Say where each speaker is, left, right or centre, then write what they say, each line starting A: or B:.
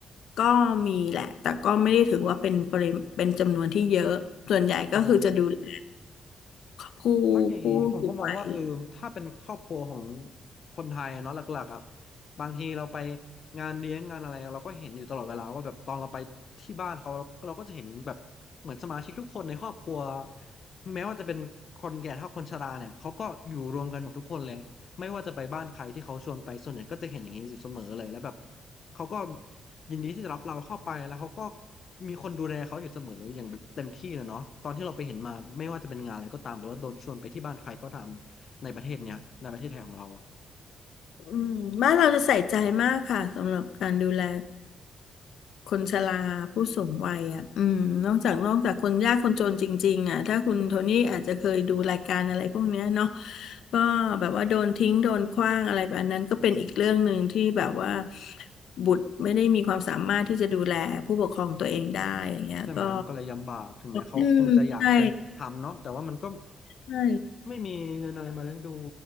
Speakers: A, on the left; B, on the left.
A: ก็มีแหละแต่ก็ไม่ได้ถือว่าเป็นปริมาณเป็นจำนวนที่เยอะ ส่วนใหญ่ก็คือจะดูแล
B: อ่า
A: ผู้ผู้สูงวัย
B: เพราะไงผมก็มองว่าเออถ้าเป็นครอบครัวของคนไทยเนาะหลักๆอ่ะบางทีเราไปงานเลี้ยงงานอะไรเราก็เห็นอยู่ตลอดเวลาว่าแบบตอนเราไปที่บ้านเขาเราก็จะเห็นแบบเหมือนสมาชิกทุกคนในครอบครัวแม้ว่าจะเป็นคนแก่เท่าคนชราเนี่ยเขาก็อยู่รวมกันหมดทุกคนเลยไม่ว่าจะไปบ้านใครที่เขาชวนไปส่วนใหญ่ก็จะเห็นอย่างนี้อยู่เสมอเลยแล้วแบบ เขาก็ยินดีที่จะรับเราเข้าไปแล้วเขาก็มีคนดูแลเขาอยู่เสมออย่างแบบเต็มที่เลยเนาะตอนที่เราไปเห็นมาไม่ว่าจะเป็นงานอะไรก็ตามหรือว่าโดนชวนไปที่บ้านใครก็ตามในประเทศเนี้ยในประเทศไทยของเราอะ
A: อืมบ้านเราจะใส่ใจมากค่ะสำหรับการดูแลคนชราผู้สูงวัยอ่ะอืมนอกจากนอกจากคนยากคนจนจริงๆอ่ะถ้าคุณโทนี่อาจจะเคยดูรายการอะไรพวกเนี้ยเนาะก็แบบว่าโดนทิ้งโดนขว้างอะไรแบบอันนั้นก็เป็นอีกเรื่องหนึ่งที่แบบว่าบุตรไม่ได้มีความสามารถที่จะดูแลผู้ปกครองตัวเองได้อย่างเงี้ยก็
B: ใช่ไหมมันก็เลยลำบากถึงแม้เขาคงจะอยากจะทำเนาะแต่ว่ามันก็
A: อืมใช่ใช่
B: ไม่มีเงินอะไรมาเลี้ยงดู